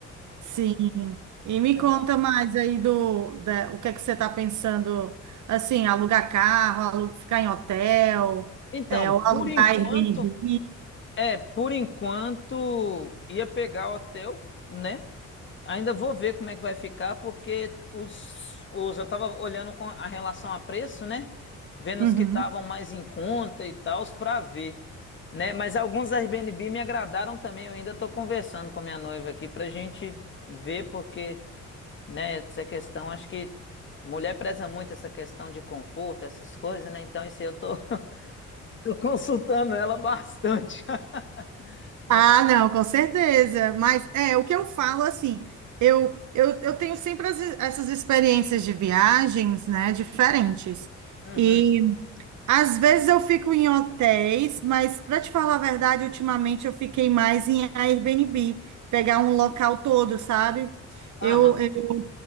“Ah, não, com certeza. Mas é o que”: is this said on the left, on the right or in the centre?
Right